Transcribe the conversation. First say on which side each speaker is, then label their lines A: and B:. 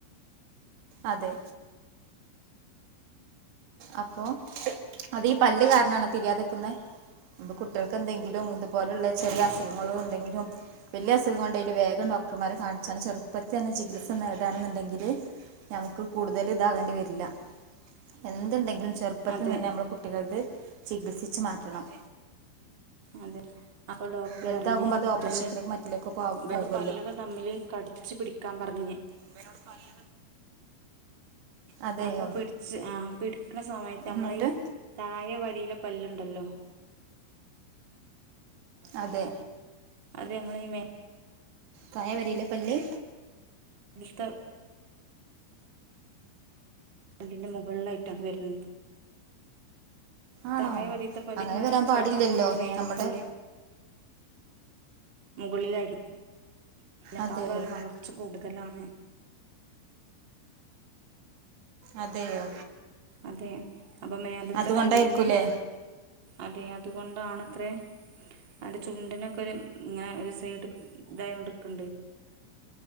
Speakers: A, on the right; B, on the right.
A: അതെ അപ്പൊ അതീ പല്ല്കാരണാണോ തിരിയാത്ക്ക്ന്നെ? പ്പൊ കുട്ടിയെൾക്കെന്തെങ്കിലും ഇതുപോലുള്ള ചെറിയ അസുഖങ്ങളും ഉണ്ടെങ്കിലും വലിയ അസുഖം കൊണ്ടേല് വേഗം ഡോക്ടർമാരെ കാണിച്ചാണ്ട് ചെറുപ്പത്തന്നെ ചികിത്സ നേടാണ്ന്ന്ണ്ടെങ്കില് നമ്മക്ക് കൂട്തല് ഇതാവേണ്ടി വര്ല്ല എന്ത്ണ്ടെങ്കിലും ചെർപ്പത്തി
B: അതെ
A: തന്നെ നമ്മള് കുട്ടികൾത് ചികിത്സിച്ചു മാറ്റണം
B: അതെ അപ്പൊ ഡോക്ടർ
A: വലുതാകുമ്പോ
B: പറഞ്ഞ്
A: അത് ഓപ്പറേഷത്തിലേക്കും
B: ഇബന്
A: മറ്റിലേക്കും
B: ഇതൊണ്ട്
A: പോകുമല്ലോ
B: പല്ലുകൾ തമ്മില് കടിച്ചു പിടിക്ക ക്കാം പർഞ്ഞ്
A: ഇബനോട് പല്ല് അതെയോ
B: അപ്പൊ പിടിച്ച് ആ പിടിക്ക്ണ സമയത്ത് നമ്മളെയീ
A: എന്നിട്ട്
B: തഴെ വരിയിലെ പല്ല്ണ്ടല്ലോ?
A: അതെ
B: അതെ നമ്മളെയീ മേ
A: താഴെ വരിലേ പല്ല്?
B: നിഷ്ട അല്ലെങ്കി മുകളിലായിട്ടാണ് വരുന്നത്
A: ആണോ
B: താഴെ വലിയത്ത പല്ല്
A: അങ്ങനെ
B: ഇങ്ങനെ
A: വരാൻ പാടില്ലല്ലോ
B: കടിക്ക സമയത്ത് മേലത്തെ
A: നമ്മുടെ
B: പല്ല് മുകളിലായിരി അപ്പൊ
A: അതെയോ
B: അവര് പറയും വളർച്ച കൂടുതലാണ്
A: അതെയോ
B: അതെ അപ്പൊ മേലത്തെ
A: അതുകൊണ്ടായിരിക്കൂലേ
B: പല്ലിന് അതെ അതുകൊണ്ടാണത്ര അന്റെ ചുണ്ടിനൊക്കെ ഒരു ഇങ്ങനെ ഒരു സൈഡ് ഇതായി കൊടുക്കണ്ട്